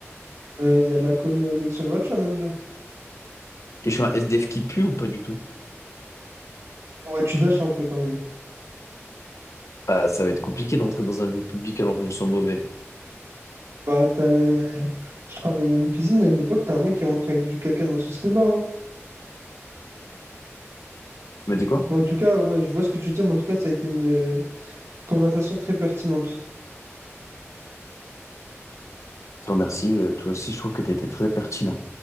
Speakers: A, on the right; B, on the left.
A: Euh, Il y a la connexion gratuite à McDo.
B: Et je suis un SDF qui pue ou pas du tout?
A: Ouais, tu dashes un peu quand même.
B: Bah, ça va être compliqué de rentrer dans un lieu public alors que je sens mauvais.
A: Bah, t'as- je travaillais à une piscine à une époque, t'as un mec qui est rentré avec du caca dans son slibard. hein.
B: Tu m'as dit quoi?
A: Mais en tout cas, ouais, je vois ce que tu dis, mais en tout cas, ça a été une euh, conversation très pertinente.
B: Je te remercie. euh, Toi aussi, je trouve que tu as été très pertinent.